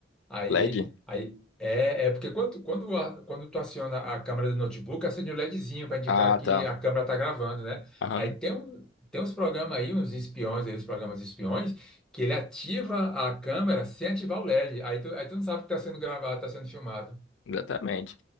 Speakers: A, in the centre; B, on the left.
A: Aí,
B: LED?
A: aí é, é porque quando, quando, a- quando tu aciona a câmera do notebook, acende o LEDzinho para indicar
B: Ah,
A: que
B: tá.
A: a câmera está gravando, né?
B: Aham,
A: Aí tem, um, tem uns programas aí, uns espiões aí, os programas espiões, que ele ativa a câmera sem ativar o LED. Aí tu, aí tu não sabe que está sendo gravado, está sendo filmado.
B: exatamente.